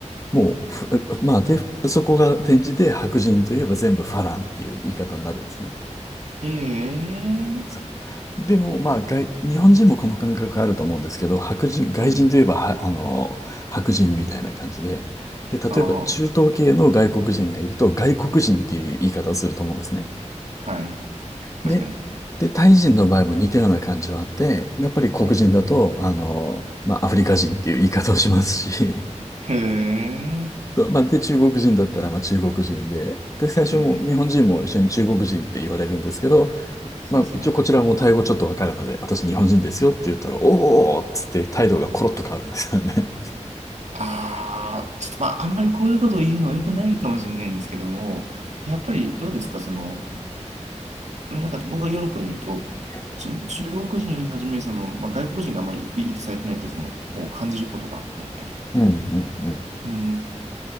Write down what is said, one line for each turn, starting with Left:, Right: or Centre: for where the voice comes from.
Left: もう、ふまあ、で、そこが転じて白人といえば全部ファランっていう言い方になるんですね。
Right: う。へえ
Left: そうでも、まあ、外、日本人もこの感覚あると思うんですけど、白人、外人といえばは、
Right: うん。
Left: あの、白人みたいな感じで、で、例えば中東系の外国人がいると、
Right: ああ。
Left: 外国人っていう言い方をすると思うんですね。
Right: はい。
Left: で、
Right: 確かに。
Left: で、タイ人の場合も似たような感じはあって、やっぱり黒人だと、
Right: はい。
Left: あの、まあ、アフリカ人っていう言い方をしますし、
Right: へえ。
Left: <laughs> そう、まあ、で、中国人だったら、まあ、中国人で、で、最初も日本人も一緒に中国人って言われるんですけど、
Right: うんうん。そうですね。
Left: まあ、一応こちらもタイ語ちょっとわかるので、私日本人ですよって言ったら、おーおーおーっつって態度がコロッと変わるんですよね。
Right: ああ、ちょっとまあ、あんまりこういうことを言うのは良くないかもしれないんですけども、やっぱりどうですか、その、なんか僕がヨーロッパにいると、
Left: <laughs> え
Right: その中国人はじめ、その、まあ、外国人があんまりいいとされてない時もを感じることがあって、やっぱり。
Left: うんうんうん。
Right: うん。